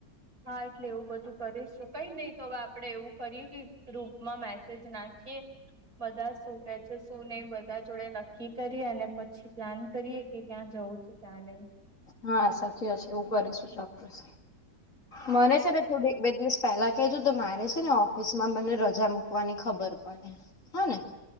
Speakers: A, on the right; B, on the left.
A: હા એટલે એવું બધું કરીશું કઈ નહીિ તો હવે આપડે એવું કરીએ કે ગ્રુપમાં મેસેજ નાખીએ બધા શું કે છે, શું નહિ બધા જ જોડે નક્કી કરીએ અને પછી પ્લાન કરીએ કે ક્યાં જવું છ, ત્યાં નહી.
B: હા સાચી છે, હું કરીશું ચોક્કસ મને છે ને થોડી બે દિવસ પેલા કધો તો મારે છેને. ઓફિસ માં મને રજા મૂકવાની ખબર પડે હા ને